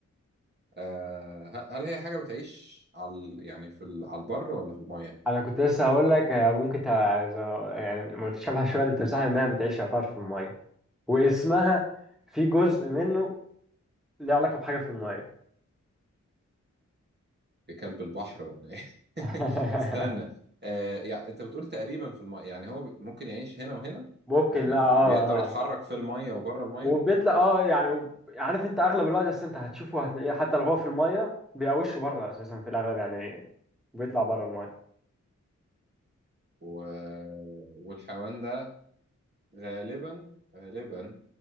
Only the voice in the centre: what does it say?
انا كنت لسه هقول لك هي ممكن تع- زي- يعني متشابهه شويه للتمساح انها بتعيش يعتبر في الميه واسمها في جزء منه ليه علاقه بحاجه في الميه
<laughs>
ممكن
لا
اه
اه
آه، لا
وبيطلع اه يعني عارف انت اغلب الوقت بس انت هتشوفه هتلاقيه حتى لو هو في الميه بيقوشه بره اساسا في الاغلب يعني بيطلع بره الميه